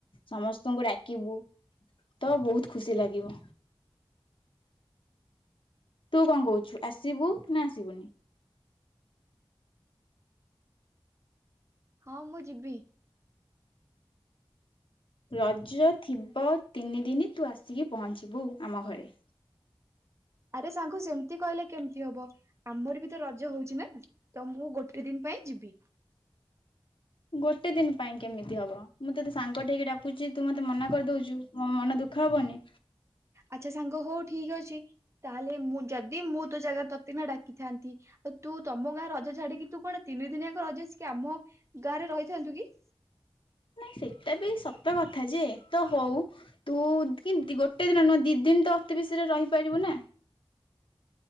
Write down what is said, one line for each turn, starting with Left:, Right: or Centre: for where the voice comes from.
Left: ସମସ୍ତଙ୍କୁ ଡାକିବୁ। ତ ବହୁତ ଖୁସି ଲାଗିବ।
Right: ହଁ
Left: ତୁ କଁ କହୁଛୁ ଆସିବୁ ନା ଆସିବୁନି?
Right: ହଁ ମୁଁ ଯିବି।
Left: ରଜ ଥିବ ତିନିଦିନ ତୁ ଆସିକି ପହଞ୍ଚିବୁ ଆମ ଘରେ।
Right: ଆରେ ସାଙ୍ଗ ସେମିତି କହିଲେ କେମିତି ହବ। ଆମର ବି ତ ରଜ ହଉଛି ନା ତ ମୁଁ ଗୋଟେ ଦିନ ପାଇଁ ଯିବି।
Left: ଗୋଟେ ଦିନ ପାଇଁ କେମିତି ହବ? ମୁଁ ତତେ ସାଙ୍ଗ ଠି ହେଇକି ଡାକୁଚି ତୁ ମତେ ମନା କରିଦଉଛୁ ମୋ ମନ ଦୁଃଖ ହବନି।
Right: ଆଚ୍ଛା ସାଙ୍ଗ ହଉ ଠିକ ଅଛି ତାହେଲେ ମୁଁ ଯଦି ମୁଁ ତୋ ଜାଗା ତତେ ନା ଡାକିଥାନ୍ତି। ଆଉ ତୁ ତମ ଗାଁରେ ରଜ ଛାଡିକି ତୁ କଣ ତିନି ଦିନିଆଙ୍କ ରଜ ଆସିକି ଆମ ଗାଁରେ ରହିଥାନ୍ତୁ କି?
Left: ନାଇଁ ସେଇଟା ବି ସତ କଥା ଯେ ତ ହଉ। ତୁ କିନ୍ତ ଗୋଟେ ଦିନ ନୁହେ ଦୁଇ ଦିନ ତ ଅତି ବିଶରେ ରହିପାରିବୁ ନା।